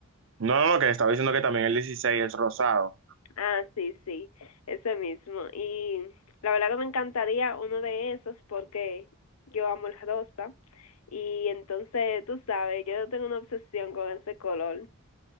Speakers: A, on the right (about 60°); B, on the left (about 80°).
A: No, no, no, que estaba diciendo que también el 16 es rosado.
B: Ah, sí, sí, ese mismo. Y la verdad que me encantaría uno de esos porque yo amo el rosa y entonces, tú sabes, yo tengo una obsesión con ese color.